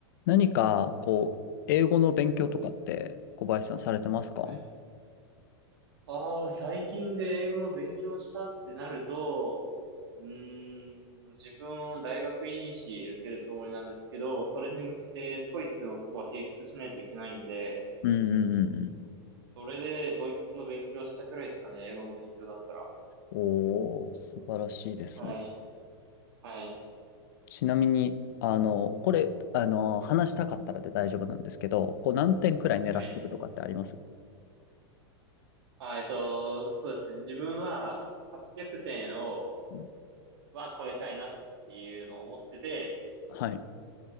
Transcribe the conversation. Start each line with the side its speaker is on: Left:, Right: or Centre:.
Left: 何か、こう、英語の勉強とかって小林さんされてますか
Right: はい。はいはい。ああ、最近で英語の勉強したってなると、うーん、自分を大学院士受けるつもりなんですけど、それに向けて TOEIC のスコア提出しないといけないんで、
Left: うんうんうん
Right: それで TOEIC の勉強したくらいですかね、英語の勉強だったら。
Left: うん。おー、素晴らしいですね。
Right: はい、はい、
Left: ちなみに、あの、これ、あの、話したかったらで大丈夫なんですけど、こう何点くらい狙ってるとかってあります
Right: はい。あ、えっと、そうですね、自分は800点を、
Left: うん
Right: は超えたいなっていうのを思ってて、
Left: はい。